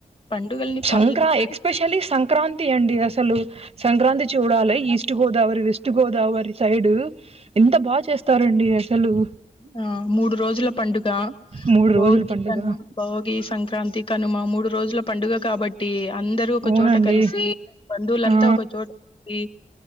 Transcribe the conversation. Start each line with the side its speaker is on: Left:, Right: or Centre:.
Left: పండుగల్ని
Right: సంక్రా
Left: పల్లెల్లోనే
Right: ఎక్స్పెషలీ సంక్రాం టి అండి అసలు సంక్రాంతి చూడాలి East Godavari West Godavari side ఎంత బాగ చేస్తారండి అసలు
Left: ఆ మూడు రోజుల పండుగా
Right: మూడు
Left: భోగి
Right: రోజుల పండుగ
Left: కను భోగి సంక్రాంతి కనుమ మూడ్ రోజుల పండుగ కాబట్టీగ అందరూ ఒక
Right: అవునండి
Left: చోట కలిసీ బంధువులంతా
Right: ఆ
Left: ఒక చోట ఉండి